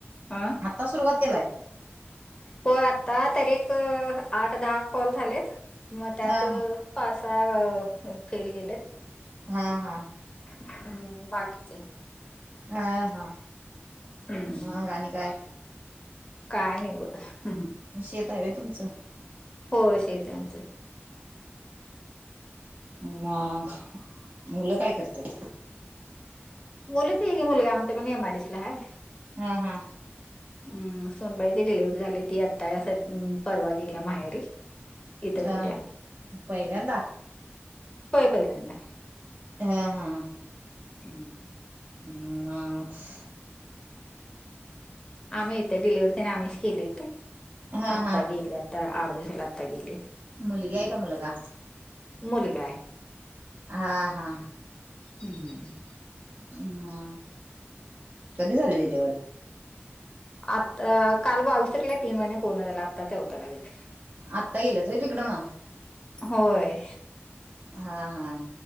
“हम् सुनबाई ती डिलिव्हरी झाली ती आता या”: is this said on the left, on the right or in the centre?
Left